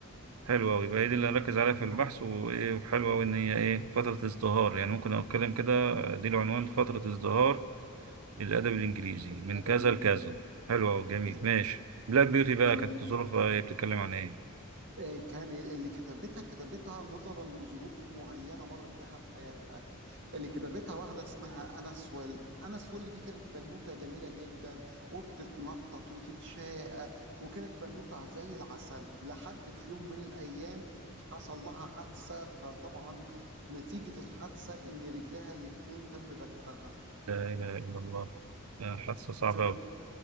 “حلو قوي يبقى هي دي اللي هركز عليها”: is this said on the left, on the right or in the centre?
Right